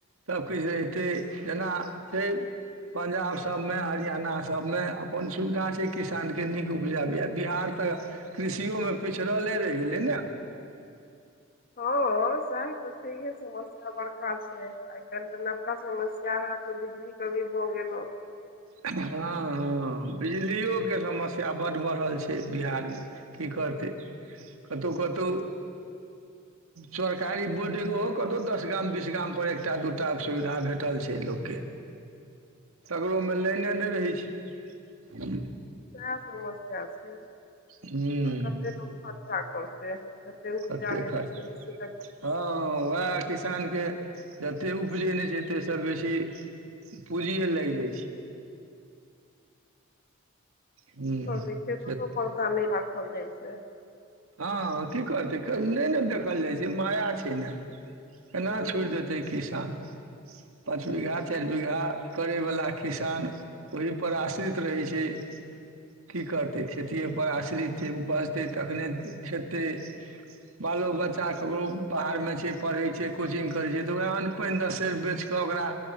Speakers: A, on the right (about 85°); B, on the left (about 45°).
A: सब किछ रहितै जेना छै पंजाब सब मे हरियाणा सबमे अपन सुविधा छै किसान के नीक उपजाबैए बिहार त कृषियो मे पिछड़ले रहि गेलै न
B: हँ साह तस ह समस्य बड़का आइ काल्हि तऽ नवका समस्या अहाँके बिजलीके भी भऽ गेलहु
A: हँ हँ बिजलिओ के समस्या बड्ड बढ़ल छै बिहार मे की क करते कतहु कतहु सरकारी बोर्डिंग ओ कतहु दस गाम बीस गाम पर एक टा दू टा के सुविधा भेटल छै लोक के तकरो एमे लाइने नहि रहै छै
B: सैह समस्य छै
A: हुँ
B: आ कते लोक खर्चा करतै तेँ उपजा
A: कते
B: नहि
A: खर्च
B: सकै
A: हँ उएह किसान के जते उपजे नहि छै तयसे बेसी पूँजीए लागि जाइ छै हुँ
B: कि करते खेतो
A: से
B: तऽ तो परता नहि राखल जाइ छै
A: हँ की करतै नहि ने देखल जाइ छै माया छै ने केना
B: हूं
A: छोड़ि देतै किसान पाँच बीघा चार बीघा करय वला किसान ओही पर आश्रित रहै छै की करतै खेति पर आश्रित छै उपजतै तखने खेतै बालो बच्चा ककरो बाहर में छै पढ़ैत छै कोचिंग करैत छै तऽ ओकरा अन्न पानि दस सेर बेचि कऽ ओकरा